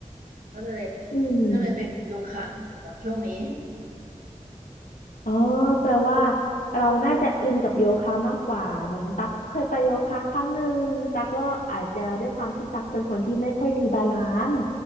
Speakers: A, on the right; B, on the left.
A: ก็เลย
B: อืม
A: ก็เลยเป็นโยคะอีกก่อนช่วงนี้
B: อ๋อแปลว่าเราน่าจะอินกับโยคะมากกว่าเหมือนตักเคยไปโยคะครั้งหนึ่งตักก็อาจจะด้วยความที่ตักเป็นคนที่ไม่ค่อยมีบาลานซ์